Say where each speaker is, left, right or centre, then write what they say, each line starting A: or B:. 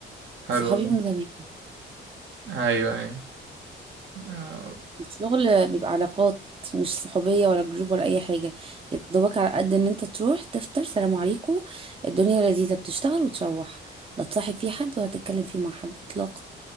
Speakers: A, on the right; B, on the right.
A: حلو
B: صحابي
A: والله
B: من زمان
A: ايوه ايوه ده
B: الشغل بيبقى علاقات مش صحوبية ولا جروب ولا أي حاجة يا دوبك على قد إن أنت تروح تفطر سلام عليكم الدنيا لذيذة بتشتغل وتروح لا تصاحب فيه حد ولا تتكلم فيه مع حد إطلاقا